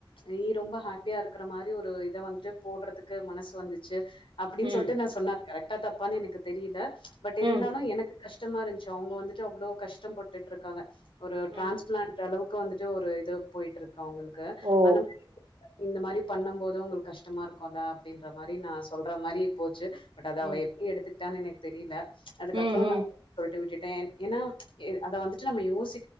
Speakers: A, on the left; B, on the right.
A: நீ ரொம்ப ஹாப்பியா இருக்கற மாரி ஒரு இத வந்துட்டு போடுறதுக்கு மனசு வந்துச்சு அப்பிடின்
B: ம்
A: சொல்ட்டு நா சொன்னே கரெக்டா தப்பான்னு எனக்கு தெரியல பட் இருந்தாலு
B: ம்
A: எனக்கு கஷ்டமா இருந்துச்சு அவுங்க வந்துட்டு அவ்ளோ கஷ்டம்பட்டுட்ருக்காங்க ஒரு
B: ம்
A: டிரான்ஸ்பிளான்ட் அளவு க்கு வந்துட்டு ஒரு இது போயிட்ரு க்கு அவங்களுக்கு
B: ஓ
A: அந்த மாரி இந்த மாரி பண்ணம் போது அவுங்களுக்கு கஷ்டமா இருக்குல்ல அப்டின்னு மாரி
B: ம்
A: நா சொல்ற மாரி போச்சு பட் அத
B: ம்
A: அவ எப்டி எடுத்து விட்டான்னு எனக்கு தெரில அதுக்கப்புறோ
B: ம் ம்
A: நா <inaudible> விட்டு விட் விட்டுட்டேன் ஏன்னா எ அத வந்துட்டு நம்ம யோசி